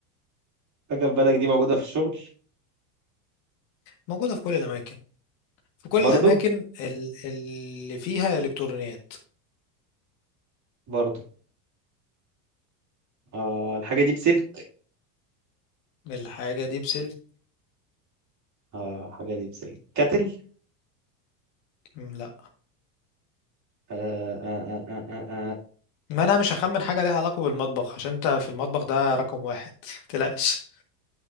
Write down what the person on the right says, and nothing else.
فجأة في بالك دي موجودة في الشغل
برضو
برضو آه الحاجة دي بسلك
اه الحاجة دي بسلك كاتل
آه آه آه آه آه. آه.